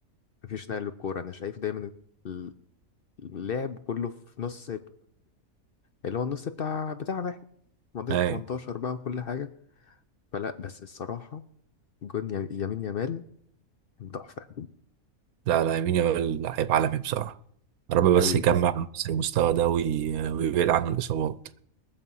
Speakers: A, on the left (about 55°); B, on the right (about 85°).
A: مفيش نقل للكورة أنا شايف دايما ال- اللعب كله في نص اللي هو النص بتاع بتاعنا احنا
B: <laughs>
A: منطقة
B: اي
A: 18 بقى وكل حاجة فلا بس الصراحة جون يا- يمين يامال كان تحفة
B: لا لا يمين يامال لعيب عالمي بصراحة يا رب
A: أوي
B: بس يجمع نفس المستوى ده وي- ويبعد عنه الإصابات